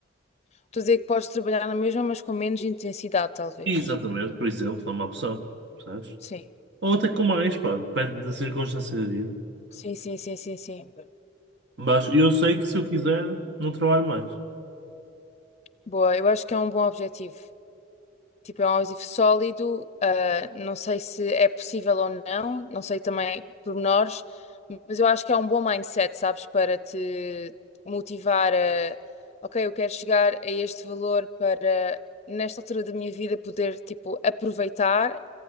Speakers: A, on the left; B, on the right.
A: Estou a dizer que podes trabalhar na mesma, mas com menos intensidade, talvez.
B: Exatamente, por exemplo, é uma opção, percebes?
A: Sim.
B: Ou até com mais, pá, depende da circunstância da vida.
A: Sim, sim, sim, sim, sim.
B: Mas eu sei que se eu quiser, não trabalho mais.
A: Boa, eu acho que é um bom objetivo. Tipo, é um objetivo sólido. ah, não sei se é possível ou não, não sei também pormenores, mas eu acho que é um bom mindset, sabes, para te motivar a, ok, eu quero chegar a este valor para, nesta altura da minha vida, poder, tipo, aproveitar